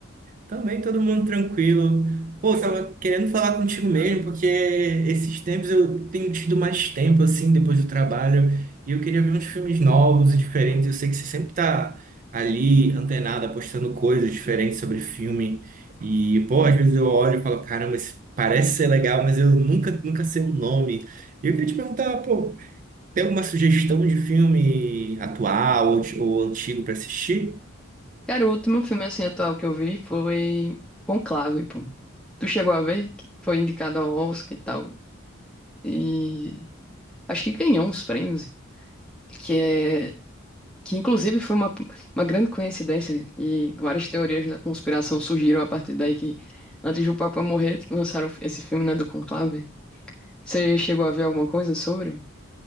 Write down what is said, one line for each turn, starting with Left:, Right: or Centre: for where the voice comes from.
Right: Também todo mundo tranquilo. Pô, tava querendo falar contigo mesmo, porque esses tempos eu tenho tido mais tempo, assim, depois do trabalho, e eu queria ver uns filmes novos e diferentes. Eu sei que você sempre tá ali, antenada, postando coisas diferentes sobre filme. E, pô, às vezes eu olho e falo, caramba, esse parece ser legal, mas eu nunca, nunca sei o nome. E eu queria te perguntar, pô. Tem alguma sugestão de filme atual ou, de- ou antigo para assistir?
Centre: Cara, o último filme assim atual que eu vi foi Conclave, pô. Tu chegou a ver? Que foi indicado ao Oscar e tal. E acho que ganhou uns prêmios. Que é. Que inclusive foi uma, uma grande coincidência. E várias teorias da conspiração surgiram a partir daí que antes do Papa morrer, lançaram esse filme, né, do Conclave. Você chegou a ver alguma coisa sobre?